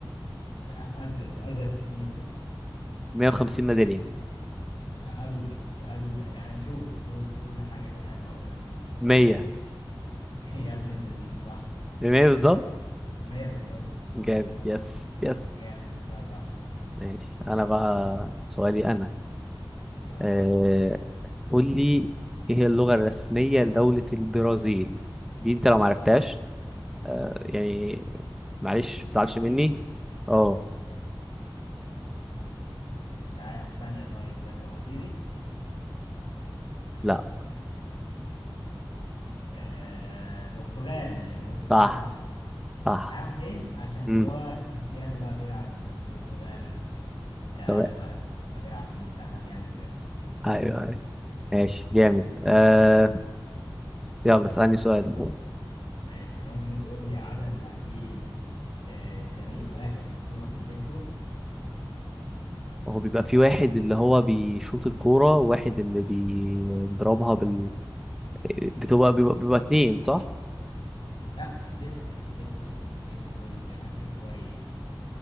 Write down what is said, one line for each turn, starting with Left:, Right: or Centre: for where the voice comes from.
Left: لا أزيد وأزيد كتير يعني
Centre: مية وخمسين ميدالية
Left: أقل بس مش أقل يعني شوف قول قول لي حاجة كمان وأقول لك أنا صح ولا
Centre: مية
Left: غلط <laughs> يا ابن الذين صح
Centre: بمية بالظبط
Left: 100 بالظبط
Centre: جامد يس يس
Left: جامد جبتها صح
Centre: ماشي أنا بقى سؤالي أنا
Left: يلا
Centre: آه،
Left: بينا
Centre: قول لي ايه هي اللغة الرسمية لدولة البرازيل دي انت لو معرفتهاش آه، يعني معلش
Left: البرازيل
Centre: ما تزعلش مني اه
Left: مش عارف ثانية طيب برازيلي
Centre: لا
Left: آه برتغال البرتغال
Centre: صح
Left: صح
Centre: صح
Left: عارف ليه؟ عشان
Centre: امم
Left: اللي هو كريستيانو بقى بيلعب في البرتغال آه
Centre: طب
Left: لما بيلعب في المنتخب يعني وكده
Centre: ايوه ايوه ماشي جامد آه يلا اسألني سؤال
Left: ماشي ممكن تقول لي عدد لاعبين آه الفريق الواحد في كرة البيسبول؟
Centre: هو بيبقى في واحد اللي هو بيشوط الكورة وواحد اللي بيضربها بال بتبقى بيبقى, بيبقى اتنين صح
Left: لا البيسبول البيسبول بيسبول ركز كويس